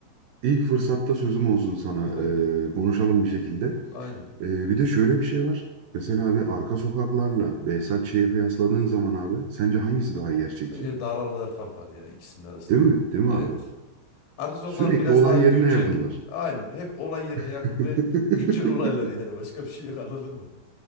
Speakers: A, on the right; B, on the left.
A: İlk fırsatta sözüm olsun sana.
B: <laughs>
A: ee, konuşalım bir şekilde.
B: Aynen.
A: Ee, bir de şöyle bir şey var. Mesela abi arka sokaklarla Behzat Ç'yi kıyasladığın zaman abi sence hangisi daha gerçekçi?
B: Bence dağlar kadar fark var ya ikisinin arasında
A: Değil mi?
B: da.
A: Değil mi
B: Evet.
A: abi?
B: Arka sokaklar
A: Sürekli
B: biraz
A: olay
B: daha
A: yerine
B: güncel.
A: yakınlar.
B: Aynen. Hep olay yerine
A: <laughs>
B: yakın ve <laughs> güncel olaylar yani. Başka bir şey yok anladın mı?